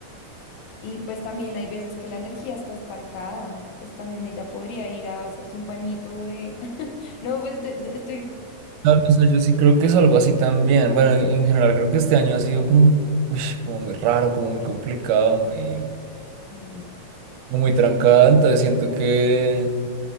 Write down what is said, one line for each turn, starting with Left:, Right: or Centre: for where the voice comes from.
Left: Y pues también hay veces que la energía está estancada, pues también ella podría ir a hacerse un bañito de... <laughs> No, pues te- te- estoy...
Right: Claro, o sea, yo sí creo que es algo así también. Bueno, en en general creo que este año ha sido como, uy, como muy raro, como muy complicado, muy...
Left: Sí.
Right: o muy trancada, entonces siento que